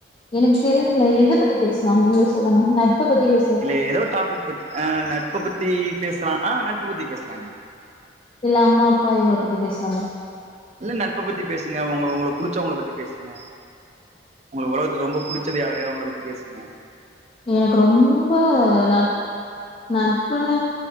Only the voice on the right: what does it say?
இல்ல எதோ டாபிக் பத்தி ஆ நட்ப பத்தி பேசலா ஆ நட்ப பத்தி பேசலாங்க
இல்ல நட்ப பத்தி பேசுங்க ஒங்க ஒங்களுக்கு புடிச்சோங்கள பத்தி பேசுங்க ஒங்களுக்கு ஒலகத்துல ரொம்ப புடிச்சது யாரு அவுங்கள பத்தி பேசுங்க